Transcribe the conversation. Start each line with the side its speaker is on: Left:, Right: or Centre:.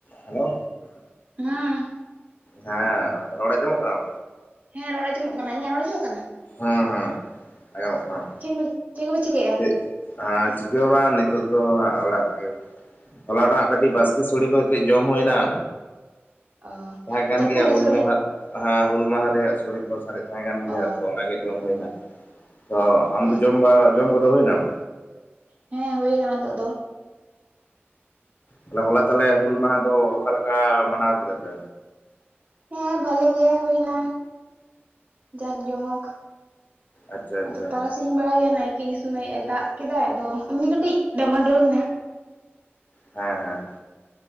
Left: Hello
Right: ᱦᱮᱸ
Left: ᱦᱮᱸ ᱨᱚᱲ ᱟᱸᱡᱚᱢᱚᱜ ᱠᱟᱱᱟ?
Right: ᱦᱮᱸ ᱨᱚᱲ ᱟᱸᱡᱚᱢᱚᱜ ᱠᱟᱱᱟ᱾ ᱤᱧᱟᱜ ᱨᱚᱲ ᱟᱸᱡᱚᱢᱚᱜ ᱠᱟᱱᱟ?
Left: ᱦᱩᱸ, ᱦᱩᱸ ᱟᱸᱡᱚᱢᱚᱜ ᱠᱟᱱᱟ᱾
Right: ᱪᱮᱫ ᱪᱮᱫ ᱠᱚᱯᱮ ᱪᱤᱠᱟᱹᱭᱮᱜ-ᱟ?
Left: ᱪᱮᱫ ᱦᱮᱸ ᱪᱤᱠᱟᱹ ᱵᱟᱝ, ᱱᱤᱛᱚᱜ ᱫᱚ ᱦᱟᱸᱜ ᱚᱲᱟᱜ ᱨᱮᱜᱮ ᱦᱚᱞᱟ ᱱᱟᱜ ᱠᱟᱹᱴᱤᱡ ᱵᱟᱥᱠᱮᱹ ᱥᱳᱲᱮᱸ ᱠᱚ ᱠᱟᱹᱡ ᱡᱚᱢ ᱦᱩᱭᱱᱟ᱾
Right: ᱚ
Left: ᱛᱟᱦᱮᱸ ᱠᱟᱱ
Right: ᱡᱟᱹᱯᱩᱫ
Left: ᱜᱮᱭᱟ
Right: ᱨᱮ
Left: ᱦᱩᱞ
Right: ᱥᱚᱲᱮ
Left: ᱢᱟᱸᱦᱟ᱾ ᱦᱮᱸ ᱦᱩᱞ ᱢᱟᱦᱟ ᱨᱮᱭᱟ-ᱜ ᱥᱳᱲᱮᱸ ᱠᱚ ᱥᱟᱨᱮᱡ ᱛᱟᱦᱮᱸ ᱠᱟᱱ ᱜᱮᱭᱟ᱾
Right: ᱚ
Left: ᱛᱚ ᱚᱱᱟᱜᱮ ᱡᱚᱢ ᱦᱩᱭᱱᱟ᱾ ᱛᱚ ᱟᱢ
Right: ᱚ
Left: ᱫᱚ ᱡᱚᱢ ᱵᱟ ᱡᱚᱢ ᱠᱚᱼᱫᱚ ᱦᱩᱭᱱᱟ᱾
Right: ᱦᱮᱸ ᱦᱩᱭ ᱠᱟᱱᱟ ᱱᱤᱛᱚᱜ ᱫᱚ᱾
Left: ᱦᱩᱸ ᱦᱚᱞᱟ ᱛᱟᱦᱞᱮ ᱦᱩᱞ ᱢᱟᱸᱦᱟ ᱫᱚ, ᱚᱠᱟᱞᱮᱠᱟ ᱢᱟᱱᱟᱣ ᱠᱮᱫᱟ ᱯᱮ?
Right: ᱦᱮᱸ ᱵᱷᱽᱟᱞᱮᱸᱜᱮ ᱦᱩᱭᱱᱟ᱾ ᱡᱟᱠ ᱡᱚᱢᱚᱠ
Left: ᱟᱪᱪᱷᱟ
Right: ᱟᱫᱚ
Left: ᱟᱪᱪᱷᱟ
Right: ᱛᱟᱨᱟ᱾ ᱥᱤᱧ ᱵᱮᱲᱟ ᱜᱮᱭᱟ ᱱᱟᱭᱠᱮᱹ ᱤᱫᱤ ᱥᱚᱢᱚᱭ ᱮᱸ ᱫᱟᱜ ᱠᱮᱫᱟᱭ ᱾ ᱟᱫᱚ ᱩᱱᱜᱮ ᱠᱟᱹᱴᱤᱡ ᱰᱟᱢᱟ ᱰᱳᱞᱱᱟ᱾
Left: ᱦᱮᱸ, ᱦᱮᱸ